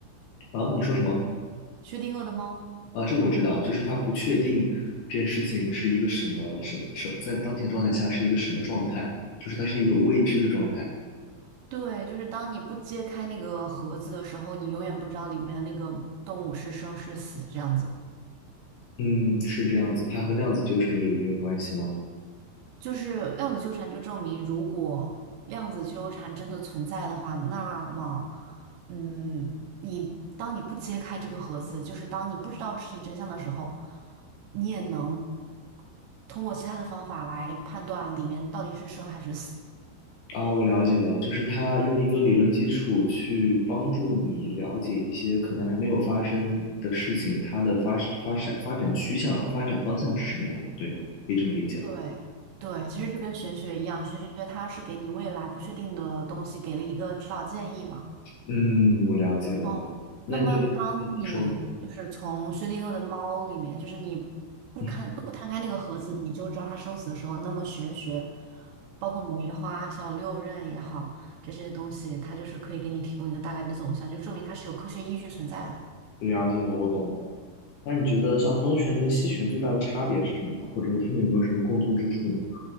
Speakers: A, on the left (about 60°); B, on the right (about 75°).
A: 啊？你说什么？
B: 薛定谔的猫，
A: 啊，这个我知道，就是他不确定这件事情是一个什么什么什么在当前状态下是一个什么状态，就是它是一个未知的状态。
B: 对，就是当你不揭开那个盒子的时候，你永远不知道里面的那个动物是生是死，这样子。
A: 嗯，是这样子，它和量子纠缠也有一定的关系吗？
B: 就是量子纠缠就证明，如果量子纠缠真的存在的话，那么，嗯，你当你不揭开这个盒子，就是当你不知道事情真相的时候，你也能通过其他的方法来判断里面到底是生还是死。
A: 啊，我了解了，就是它用一个理论基础去帮助你了解一些可能还没有发生的事情，它的发发展发展趋向、发展方向是什么样的，对吗？可以这么理解吗？
B: 对对，其实就跟玄学一样，玄学它是给你未来不确定的东西给了一个指导建议嘛。
A: 嗯，我了解了。
B: 哦，
A: 那你觉得，
B: 那么当你就是从薛定谔的猫里面，
A: 嗯你说，
B: 就是你不看不摊开那个盒子，
A: <laughs>
B: 你就知道它生死的时候，那么玄学，包括梅花、小六壬也好，这些东西，它就是可以给你提供一个大概的走向，就证明它是有科学依据存在的。
A: 了解了，我懂了。那你觉得像东玄跟西玄最大的差别是什么呢？或者说他们有没有什么共通之处呢？